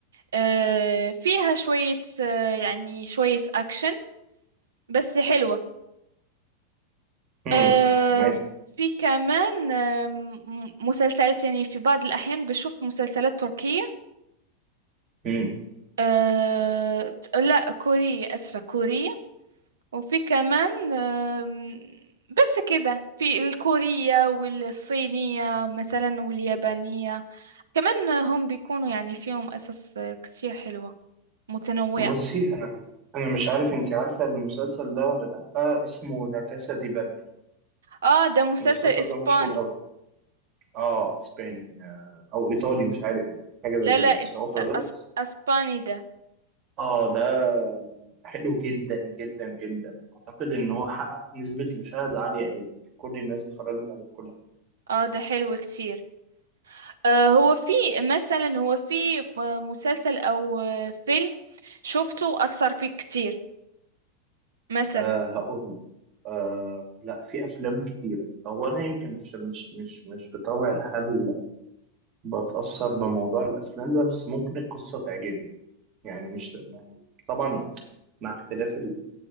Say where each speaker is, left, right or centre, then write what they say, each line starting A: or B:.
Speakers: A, on the right (about 65°); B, on the right (about 35°).
A: آه، فيها شويه آه، يعني شويه اكشن بس حلوه
B: امم
A: آه،
B: تمام
A: في كمان آه، م- مسلسلات يعني في بعض الاحيان بشوف مسلسلات تركيه
B: امم
A: آه، لا كورية اسفه كورية وفي كمان آم، بس كده في الكورية والصينية مثلا واليابانية كمان هم بيكونوا يعني فيهم قصص كتير حلوة متنوعة
B: بصي انا انا مش عارف انت عارفة المسلسل ده ولا لا آه اسمه لا كاسا دي بابل
A: اه ده مسلسل
B: المسلسل
A: اسباني
B: ده مشهور قوي اه اسباني آه او ايطالي مش عارف حاجة زي
A: لا
B: كده
A: لا إسب...
B: بس هو في الغرب
A: أسب... اسباني ده
B: اه ده حلو جدا جدا جدا اعتقد ان هو حقق نسبة مشاهدة عالية قوي كل الناس اتفرجت عليه في كل حتة
A: اه ده حلو كتير آه هو في مثلا هو في آه، مسلسل او آه، فيلم شفته اثر فيك كتير مثلا
B: آه هقول لك آه لا في افلام كتيرة هو انا يمكن عشان مش مش مش بطبع هل بتأثر بموضوع الافلام ده بس ممكن القصة تعجبني يعني مش يعني طبعا مع اختلاف ال-